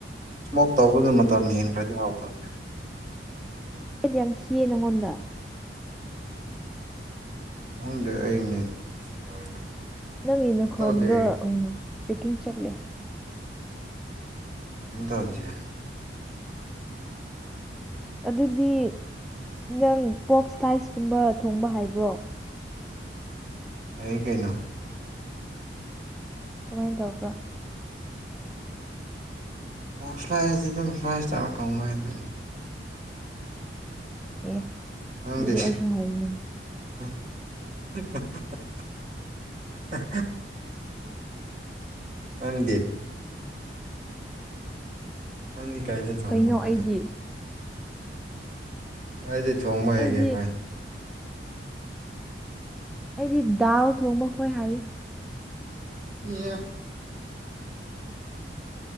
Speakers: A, on the right (about 45°); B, in the centre.
A: ꯏꯁꯃꯣꯛ ꯇꯧꯕꯗꯣ ꯃꯇꯝ ꯍꯦꯟꯈ꯭ꯔꯗꯤ ꯍꯥꯎꯇꯕꯅꯦꯕ
B: <unintelligible> ꯌꯥꯝ ꯊꯤꯌꯦ ꯅꯪꯉꯣꯟꯗ
A: ꯈꯪꯗꯦ ꯑꯩꯅꯦ <unintelligible>
B: ꯅꯪ ꯅꯥꯈꯣꯟꯗꯣ
A: ꯀꯩꯝ ꯇꯧꯗꯦ ꯑꯩ
B: ꯇ꯭ꯔꯦꯛꯀꯤꯡ ꯆꯠꯂꯦ
A: ꯎꯝ ꯇꯧꯍꯟꯖꯤꯔꯥ
B: ꯑꯗꯨꯗꯤ ꯅꯪ ꯄꯣꯛ ꯁꯇꯥꯏꯁꯀꯨꯝꯕ ꯊꯣꯡꯕ ꯍꯥꯏꯕ꯭ꯔꯣ
A: ꯍꯩ ꯀꯩꯅꯣ
B: ꯀꯃꯥꯏꯅ ꯇꯧꯕ꯭ꯔꯣ
A: ꯄꯣꯛ ꯁ꯭ꯂꯥꯏꯁꯤ ꯑꯗꯨꯝ ꯁ꯭ꯂꯥꯏ ꯏꯁꯇꯥꯔ ꯊꯣꯡꯕ ꯊꯣꯡꯕ ꯋꯥꯅꯤꯗ
B: ꯑꯦ
A: ꯅꯪꯗꯤ
B: ꯑꯗꯨꯗꯤ ꯑꯩꯁꯨ ꯍꯥꯏꯅꯤꯡꯉꯤ
A: ꯎ <unintelligible> ꯅꯪꯗꯦ ꯅꯪꯗꯤ ꯀꯥꯏꯗꯩ ꯊꯣꯡꯕ
B: ꯀꯩꯅꯣ
A: ꯈ꯭ꯋꯥꯏ
B: ꯑꯩꯗꯤ
A: ꯍꯩ ꯑꯩꯗꯤ ꯊꯣꯡꯕ
B: ꯑꯩꯗꯤ
A: ꯍꯩꯒꯦ ꯈ꯭ꯋꯥꯏ
B: ꯑꯩꯗꯤ ꯗꯥꯜ ꯊꯣꯡꯕ ꯈꯣꯏ ꯍꯥꯏꯌꯦ
A: ꯑꯦ